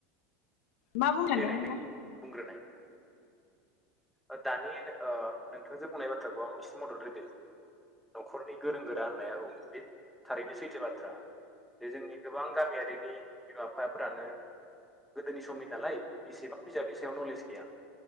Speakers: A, on the left; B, in the centre.
A: मा बुंनो सानदोंमोन
B: देनाय नों
A: ना
B: बुंग्रोनाय। ओ दानि ओ नोंथांजे ओ बुंनाय बाथ्राखौ आं एसे मदद होदो। न'खरनि गोरों गोरा होननाया औ बे थारैनो सैथो बाथ्रा। जे जोंनि गोबां गामियारिनि बिमा बिफाफोरानो गोदोनि सम नालाय इसेबां बिजाबनि सायाव नलेज गैया